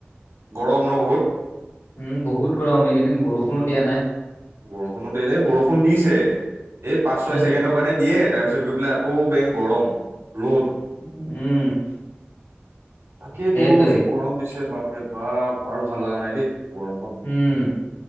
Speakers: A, on the right; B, on the left.
A: গৰম নহ বহুত।
B: উম, বহুত গৰম এইকেইদিন বৰষুণো দিয়া নাই।
A: বৰষুণো এই বৰষুণ দিছে, এই পাঁচ ছয়
B: উম
A: ছেকেণ্ডৰ কাৰণে দিয়ে, তাৰপিছত গৈ পেলাই আকৌ বেং গৰম, ৰ'দ
B: উম।
A: তাকেই
B: সেইটোৱে
A: তো যি গৰম দিছে বাপৰে বাপ পাৰো ভাল লগা নাই দেই গৰমখন।
B: উম।